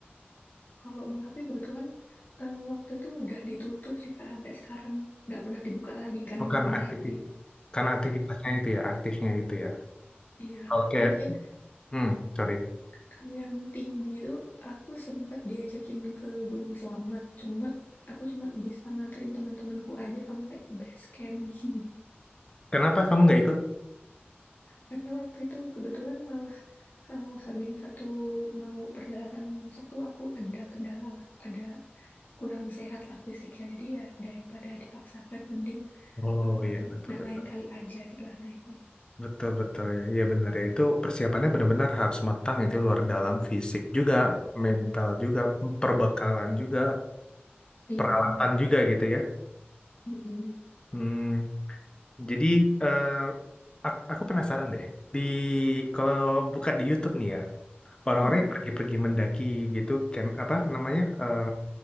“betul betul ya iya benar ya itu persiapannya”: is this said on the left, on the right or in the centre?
Left